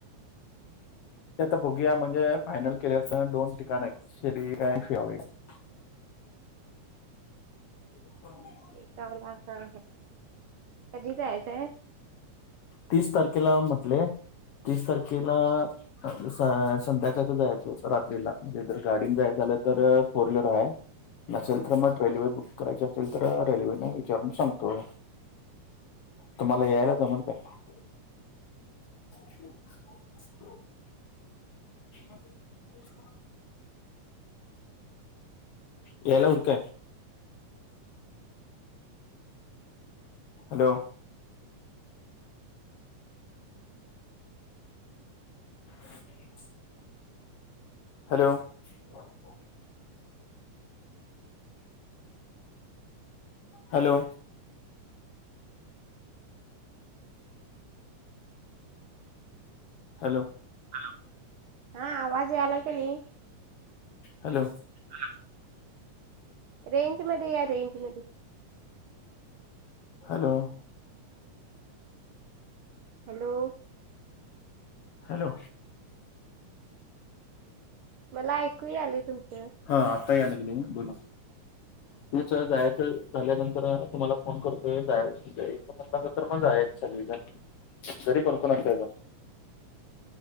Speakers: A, on the left (about 70°); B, on the right (about 80°).
A: ते आ बघूया. म्हणजे फायनल केल्यात. दोन ठिकाणयत. शेडी एक हाय न <unintelligible> <unintelligible>
B: येताव <unintelligible> कधी जायचंय?
A: तीस तारखेला म्हटलय. तीस तारखेला स संध्याकाळच जायचं रात्रीला, म्हणजे जर गाडीन जायचं झालं तर फोर व्हीलर आहे. नसेल तर मग रेल्वे बुक करायची असेल तर रेल्वेचं विचारून सांगतो, तुम्हाला यायला जमल काय? हो <unintelligible> मग <unintelligible> यायला होईल काय? हॅलो <inaudible> हॅलो ह <unintelligible> हॅलो हॅलो
B: हॅलो, हा आवाज यालाय कि नाही?
A: हॅलो
B: हॅलो रेंज मध्ये या, रेंज मध्ये
A: हॅलो
B: हॅलो
A: हॅलो
B: मला ऐकू यालंय तुमचं.
A: हा आता यायला लागलंय, बोला, तेच जायचं झाल्यानंतर तुम्हाला फोन करतोय जायच म्हणटल तर, जायच सगळीजण, घरी कोणकोण असतायसा?